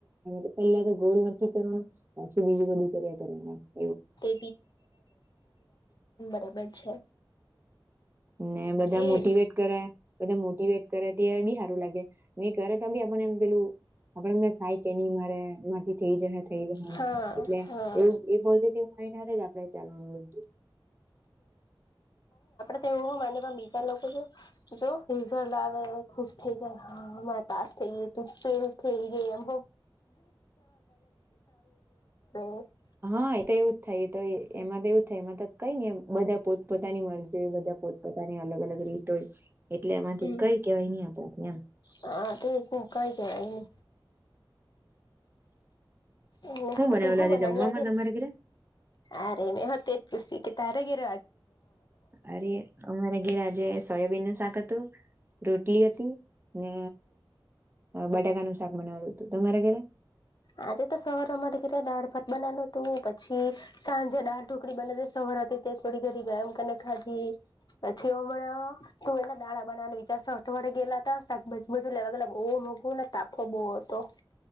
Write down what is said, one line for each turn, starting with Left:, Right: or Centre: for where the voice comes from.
Right: એ <unintelligible> પહેલા ગોલ નક્કી કરવા, પછી બીજું બધું કર્યા કરવાનું એમ
Left: તે તમે છે
Right: ને બધા
Left: એ
Right: મોટીવેટ કરે, બધા મોટીવેટ કરે, તે બી હા લાગે, નહી કરે તો બી આપને એમ પેલું, આપડેને થાય કે નહી મારે મારથી થઈ જહે થઈ ગહે.
Left: હા
Right: એટલે
Left: હા
Right: એવું એ પોઝિટિવ માઈન્ડ હાતેજ આપણેે ચાલવાનું બધું
Left: તોહો મને પણ બીજા લોકો જો રિઝલ્ટ આવે ખુશ થઈ જાય હા મારા પા તો ફેલ થઈ જ એમ <unintelligible>
Right: હા એ તો એવું જ થાય. તો એમાં તો એવું થાય એમાં તો. કઈ ને બધા પોત પોતાની મરજી હો બધા પોતપોતાની અલગ અલગ રીતો હોય. એટલે એમાંથી
Left: હમ
Right: કઈ કેવાય નહી આપણાથી એમ
Left: હા એ તો કઈ કેવાય નહી એટલે હું
Right: બનાવેલું
Left: કઈ હુ બનાની
Right: જમવામાં
Left: આજે
Right: તમારે ઘરે
Left: આ <unintelligible> તારગીર
Right: અરે અમારે ઘેર આ જે સોયાબીન નું શાક હતું, રોટલી હતી, ને બટાકાનું શાક બનાવેલુ હતું. તમારે ઘરે?
Left: આજે તો સવાર અમારે ઘરે દાળભાત બનાવેલુ. તું પછી સાંજે દાળ ઢોકળી બનવી. સા રાતીતે થોડી ઘડી <unintelligible> પછી હમણા તુંવેરના દાળા બનાવાનું વિચારશે. અઠવાડે ગેલા હતા શાકભાજ બધુ લેવા મોંઘુ ને તાપહે બહુ હતો